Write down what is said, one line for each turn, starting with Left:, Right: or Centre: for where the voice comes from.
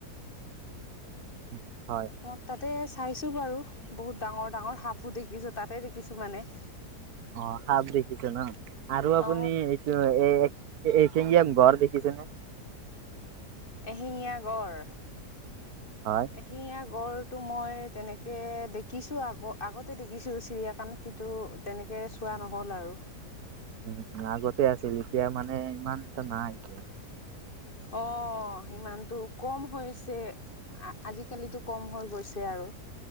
Right: উম, হয় হয়।
Left: মই তাতে চাইছো বাৰু বহুত ডাঙৰ ডাঙৰ সাপো দেখিছো তাতে দেখিছো মানে।
Right: অ', সাপ দেখিছো ন আৰু আপুনি
Left: অ
Right: এইটো এ এশিঙীয়া গড় দেখিছেনে?
Left: এশিঙীয়া গড়
Right: হয়
Left: এশিঙীয়া গড় মই তেনেকে দেখিছো আগ আগতে দেখিছো চিৰিয়াখান কিন্তু তেনেকে চোৱা নহ'ল আৰু।
Right: উম আগতে আছিল এতিয়া মানে ইমান এটা নাই এতিয়া
Left: অ', সিমানটো কম হৈছে আজিকালিতো কম হৈ গৈছে। আৰু